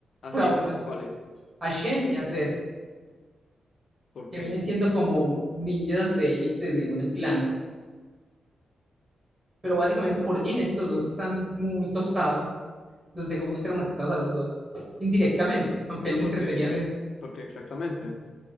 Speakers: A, on the left (about 65°); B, on the right (about 20°).
A: ¿A
B: Traumas.
A: quiénes? ¿Cuáles?
B: A Shen y a Zed.
A: ¿Por
B: que
A: qué?
B: vienen siendo como ninjas de élite de un clan. Pero básicamente por Jin es que los dos están muy tostados. Los dejó muy traumatizados a los dos, indirectamente, aunque
A: Pero
B: él le
A: por
B: entretenía
A: qué,
B: hacer eso.
A: por qué exactamente.